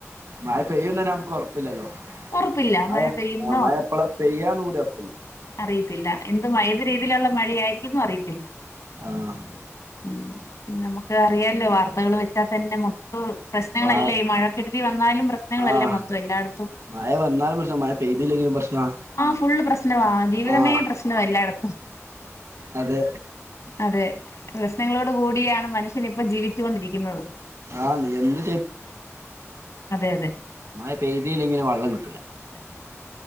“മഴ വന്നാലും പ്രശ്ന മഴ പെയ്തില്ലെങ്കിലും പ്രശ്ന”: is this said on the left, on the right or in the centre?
Right